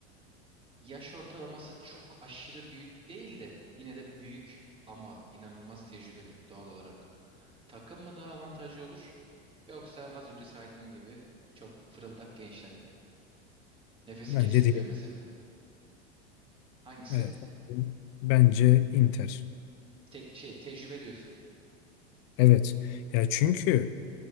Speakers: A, on the right; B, on the left.
A: Yaş ortalaması çok aşırı büyük değil de yine de büyük ama inanılmaz tecrübeli doğal olarak. Takım mı daha avantajlı olur? Yoksa az önce saydığın gibi çok fırıldak gençler mi? Nefesi
B: Bence
A: kesilmiyor
B: değil.
A: mesela. Hangisi?
B: Evet. Bence Inter.
A: Tek şey tecrübe diyorsun.
B: Evet. Ya çünkü